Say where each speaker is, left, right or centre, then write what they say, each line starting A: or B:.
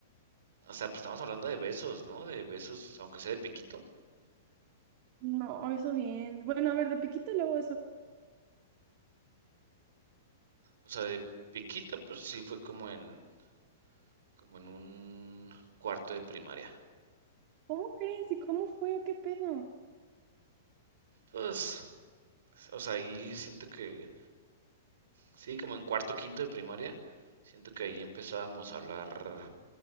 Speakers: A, on the right; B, on the right.
A: o sea, pues estamos hablando de besos, ¿no? De besos, aunque sea de piquito.
B: No, eso bien. Bueno, a ver, de piquito y luego eso.
A: O sea, de piquito, pues sí fue como en, como en un cuarto de primaria.
B: ¿Cómo crees? ¿Y cómo fue? ¿O qué pedo?
A: Pues, o sea, ahí siento que, sí, como en cuarto, quinto de primaria, siento que ahí empezábamos a hablar